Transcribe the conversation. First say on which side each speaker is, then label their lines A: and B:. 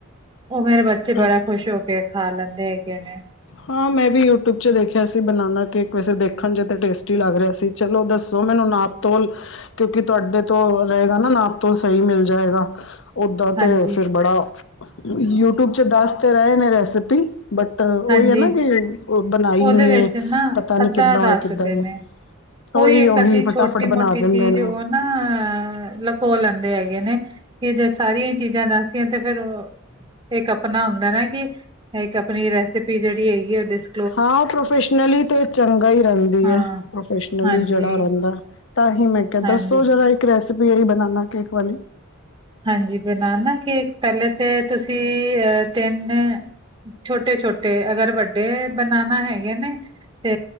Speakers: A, on the right; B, on the left.
A: ਉਹ ਮੇਰੇ ਬੱਚੇ ਬੜਾ
B: ਅੱ
A: ਖੁਸ਼ ਹੋ ਕੇ ਖਾ ਲੈਂਦੇ ਹੈਗੇ ਨੇ।
B: ਹਾਂ, ਮੈਂ ਵੀ ਯੂਟਿਊਬ ਚ ਦੇਖਿਆ ਸੀ। ਬਣਾਣਾ ਕੇਕ ਵੈਸੇ ਦੇਖਣ ਚੱ ਟੇਸਟੀ ਲੱਗ ਰਿਹਾ ਸੀ। ਚਲੋ ਦੱਸੋ, ਮੈਨੂੰ ਨਾਪ ਤੋਲ ਕਿਉਂਕਿ ਤੁਹਾਡੇ ਤੋਂ ਰਹੇਗਾ ਨਾ ਨਾਪ ਤੋਂ ਸਹੀ ਮਿਲ ਜਾਏਗਾ। ਓਦਾਂ ਤੇ
A: ਹਾਂਜੀ
B: ਫਿਰ ਬੜਾ ਯੂਟਿਊਬ ਚ ਦੱਸ ਤੇ ਰਹੇ ਨੇ ਰੈਸਪੀ ਬੱਟ ਉਹੀ
A: ਹਾਂਜੀ
B: ਹੈ। ਨਾ ਕਿ ਬਣਾਈ
A: ਉਹਦੇ
B: ਨੀ
A: ਵਿੱਚ ਨਾ
B: ਪਤਾ ਨੀ
A: ਅੱਧਾ
B: ਕਿੱਦਾਂ
A: ਦੱਸਦੇ
B: ਹੇ ਕਿੱਦਾਂ ਨ
A: ਨੇ ਕੋਈ
B: ਉਹੀ
A: ਇੱਕ
B: ਉਹੀ
A: ਅੱਧੀ
B: ਫਟਾਫਟ
A: ਛੋਟੀ ਮੋਟੀ
B: ਬਣਾ ਦਿੰਦੇ
A: ਚੀਜ਼
B: ਨੇ।
A: ਉਹ ਨਾ ਲਕੋ ਲੈਂਦੇ ਹੈਗੇ ਨੇ, ਫ ਜੇ ਸਾਰੀਆਂ ਹੀ ਚੀਜ਼ਾਂ ਦੱਸਦੀਆਂ ਤੇ ਫੇਰ ਇੱਕ ਆਪਣਾ ਹੁੰਦਾ ਨਾ ਕਿ ਇੱਕ ਆਪਣੀ ਰੈਸਪੀ ਜਿਹੜੀ ਹੈਗੀ ਡਿਸ
B: ਹਾਂ, ਪ੍ਰੋਫੈਸ਼ਨਲੀ ਤੇ ਚੰਗਾ ਹੀ ਰਹਿੰਦੀ
A: ਹਾਂ
B: ਹੈ ਪ੍ਰੋਫੈਸਨਲੀ
A: ਹਾਂਜੀ
B: ਜਿਹੜਾ ਰਹਿੰਦਾ। ਤਾਂ ਹੀ ਮੈਂ ਕਿਹਾ
A: ਹਾਂਜੀ
B: ਦੱਸੋ ਜਰਾ ਇੱਕ ਰੈਸਪੀ ਬਨਾਣਾ ਕੇਕ ਵਾਲੀ।
A: ਹਾਂਜੀ, ਬਨਾਣਾ ਕੇਕ ਪਹਿਲੇ ਤੇ ਤੁਸੀਂ ਅ ਤਿੰਨ ਛੋਟੇ-ਛੋਟੇ ਅਗਰ ਵੱਡੇ ਬਨਾਨਾ ਹੈਗੇ ਨੇ ਤੇ